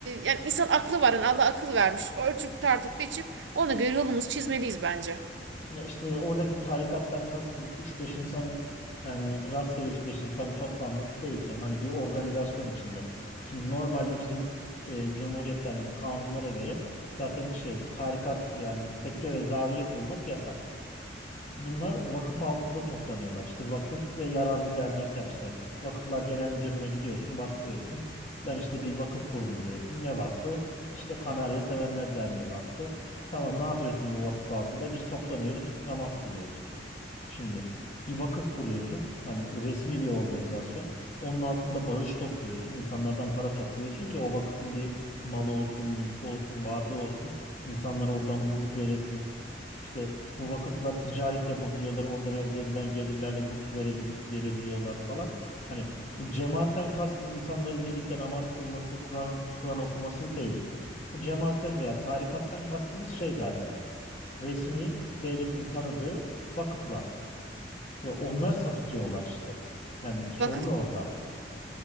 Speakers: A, on the right (about 80°); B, on the left (about 40°).
A: yani insan aklı var. Yani Allah akıl vermiş. Ölçüp tartıp biçip ona göre yolumuzu çizmeliyiz bence.
B: Ya işte oradaki tarikattan kastım üç beş insanın yani rastgele üç beş insanın toplanması değil canım. Hani bir organizasyon içinde. Şimdi normalde bizim e, cumhuriyetlerin kanunlara göre zaten şey tarikat yani tekke ve zaviye kurmak yasak. Bunlar vakıf altında toplanıyorlar. İşte vakıf ve yararlı dernekler işte. Vakıflar Genel Müdürlüğü'ne gidiyorsun, başvuruyorsun. Ben işte bir vakıf kurdum diyorsun. Ne vakfı? İşte Kanarya Sevenler Derneği Vakfı. Tamam ne yapıyorsun bu vakıf altında? Biz toplanıyoruz, namaz kılıyoruz. Şimdi bir vakıf kuruyorsun. Hani bu resmi bir organizasyon. Onun altında bağış topluyorsun. insanlardan para topluyorsun ki o vakfın bir malı olsun, mülkü olsun, varlığı olsun. İnsanlara oradan burs veresin işte bu vakıflar ticaret yapabiliyorlar. Oradan elde edilen gelirlerle burs verebil verebiliyorlar falan. Hani bu cemaatten kastım insanların birlikte namaz kılması, Kur'an Kur'an okuması değil. Bu cemaatten veya tarikattan kastımız şey zaten. Resmi devletin tanıdığı vakıflar. Ve onlar sapıtıyorlar işte. Yani sorun
A: Vakıf,
B: orada.